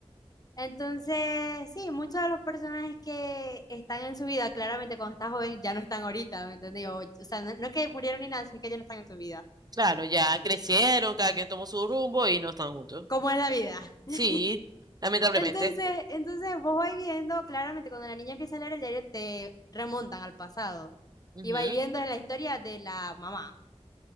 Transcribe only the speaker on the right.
Claro, ya crecieron, cada quien tomó su rumbo y no están juntos.
Sí, lamentablemente.
Ujú.